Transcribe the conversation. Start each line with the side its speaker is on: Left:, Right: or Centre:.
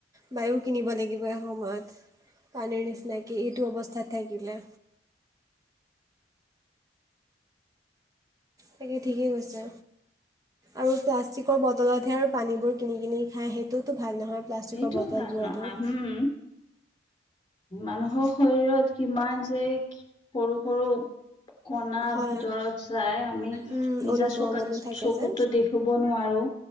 Right: বায়ু কিনিব লাগিব এসময়ত পানীৰ নিচিনাকৈ এইটো অৱস্থাত থাকিলে। তাকে ঠিকেই কৈছে। আৰু প্লাষ্টিকৰ বটলতহে আৰু পানীবোৰ কিনি কিনি খাই সেইটোওতো ভাল নহয়। প্লাষ্টিকৰ
Left: সেইটোও
Right: বটলবোৰতো
Left: ভাল নহয়, হম। মানুহৰ শৰীৰত কিমান যে সৰু সৰু কনা
Right: হয়
Left: ভিতৰত যাই আমি
Right: উম,
Left: নিজা
Right: অনুপৰমাণু
Left: চকাত
Right: থাকে
Left: চকুতো
Right: যে
Left: দেখিব নোৱাৰো।